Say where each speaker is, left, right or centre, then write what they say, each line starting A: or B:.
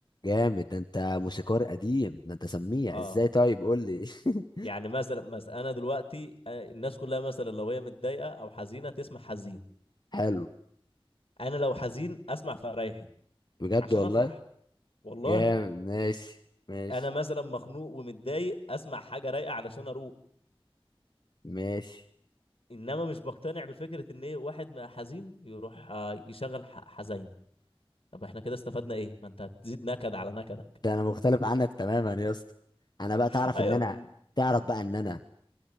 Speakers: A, on the left (about 45°); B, on the left (about 75°).
A: جامد ده انت موسيقار قديم ده انت سميع
B: اه
A: ازاي طيب قول لي <laughs>
B: يعني مثلا مثلا انا دلوقتي آه، الناس كلها مثلا لو هي متضايقه او حزينه تسمع حزين
A: حلو
B: انا لو حزين اسمع فرايحي
A: بجد
B: عشان
A: والله
B: افرح والله
A: جامد ماشي ماشي
B: انا مثلا مخنوق ومتضايق اسمع حاجه رايقه علشان اروق
A: ماشي
B: انما مش بقتنع بفكره ان ايه واحد ما حزين يروح آه، يشغل ح- حزيني طب احنا كده استفدنا ايه ما انت هتزيد نكد على نكدك
A: ده انا مختلف عنك تماما يا اسطى انا بقى
B: <laughs>
A: تعرف
B: ايوه
A: ان انا
B: م-
A: تعرف بقى ان انا